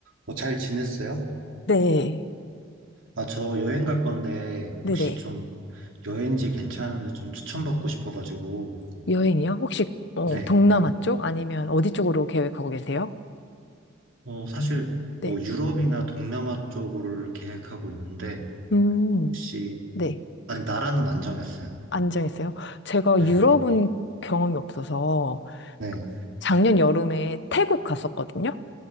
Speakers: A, on the right (about 80°); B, on the left (about 60°).
A: 어, 잘 지냈어요?
B: 네.
A: 아, 저 여행 갈 건데,
B: 네네.
A: 혹시 좀 여행지 괜찮은데 좀 추천받고 싶어가지고,
B: 여행이요? 혹시 어,
A: 네.
B: 동남아 쪽 아니면 어디 쪽으로 계획하고 계세요?
A: 어, 사실 뭐
B: 네.
A: 유럽이나 동남아 쪽으로 계획하고 있는데,
B: 음,
A: 혹시,
B: 네.
A: 아직 나라는 안 정했어요.
B: 안 정했어요. 제가
A: 네.
B: 유럽은 경험이 없어서
A: 네.
B: 작년 여름에 태국 갔었거든요.